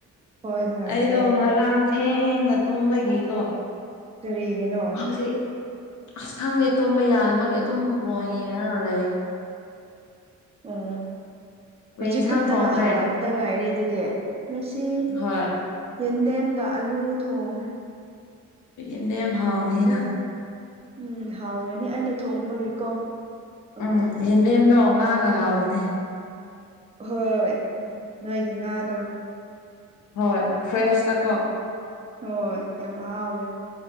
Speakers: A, on the right (about 20°); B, on the left (about 65°).
A: ꯍꯣꯏ ꯉꯥꯜꯂꯦ
B: ꯑꯩꯗꯣ ꯉꯔꯥꯡ ꯊꯦꯡꯅ ꯇꯨꯝꯕꯒꯤꯀꯣ
A: ꯀꯔꯤꯒꯤꯅꯣ
B: ꯍꯧꯖꯤꯛ ꯑꯁ ꯈꯪꯗꯦ ꯇꯨꯝꯕ ꯌꯥꯗꯕꯒꯤ ꯑꯗꯨꯝ ꯐꯣꯟ ꯌꯦꯡꯉꯒ ꯂꯩ
A: ꯑꯣ
B: ꯀꯔꯤ
A: ꯍꯧꯖꯤꯛ
B: ꯏꯟꯁꯥꯡ
A: ꯈꯛꯇꯪ
B: ꯊꯣꯡꯈ꯭ꯔꯦ
A: ꯍꯧꯒꯠꯄꯗ ꯉꯥꯏꯔꯦ ꯑꯗꯨꯗꯤ ꯉꯁꯤ
B: ꯍꯣꯏ
A: ꯌꯦꯟꯗꯦꯝꯒ ꯑꯂꯨ ꯊꯣꯡꯉꯦ
B: ꯌꯦꯟꯗꯦꯝ ꯍꯥꯎꯕꯅꯤꯅ
A: ꯅꯪ ꯎꯝ ꯍꯥꯎꯒꯅꯤ ꯑꯩꯅ ꯊꯣꯡꯕꯒꯤꯀꯣ ꯑꯃꯨꯛ
B: ꯎꯝ ꯌꯦꯟꯗꯦꯝꯗꯣ ꯉꯥꯒ ꯍꯥꯎꯕꯅꯦ
A: ꯍꯣꯏ ꯅꯣꯏꯒꯤ ꯉꯥꯗꯣ
B: ꯍꯣꯏ ꯐ꯭ꯔꯦꯁ ꯇꯀꯣ
A: ꯍꯣꯏ ꯌꯥꯝ ꯍꯥꯎꯋꯦ